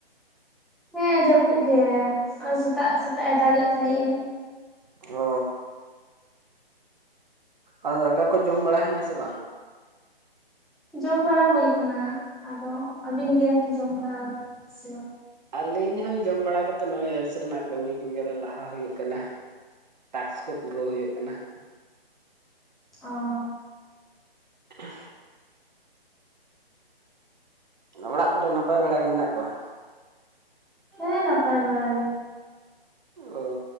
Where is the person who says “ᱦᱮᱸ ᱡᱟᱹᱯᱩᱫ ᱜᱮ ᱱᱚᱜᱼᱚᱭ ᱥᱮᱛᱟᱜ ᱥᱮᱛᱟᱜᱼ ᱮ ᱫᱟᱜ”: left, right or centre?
Centre